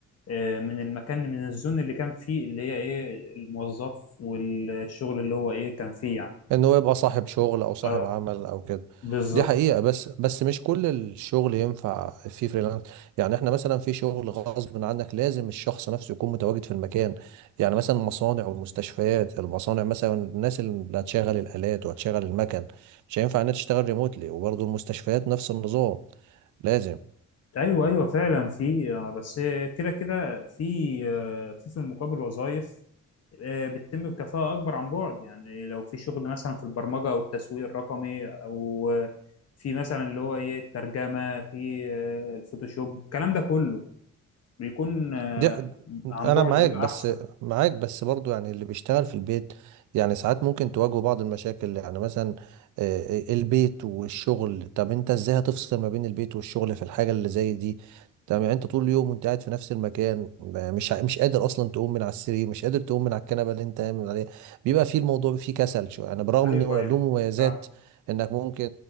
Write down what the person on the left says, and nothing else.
آه، من المكان من الزون اللي كان فيه اللي هي إيه الموظف والشغل اللي هو إيه كان فيه يعني
اه
بالظبط
ايوه ايوه فعلا في آه، بس آه، كده كده في آه، في في المقابل وظائف آه، بتتم بكفاءة اكبر عن بعد يعني لو في شغل مثلا في البرمجة او التسويق الرقمي او آه، في مثلا اللي هو ايه الترجمة في آه، الفوتوشوب الكلام ده كله بيكون آه،
عن
بعد
بيبقى
احسن
ايوه
ايوه
فعلا.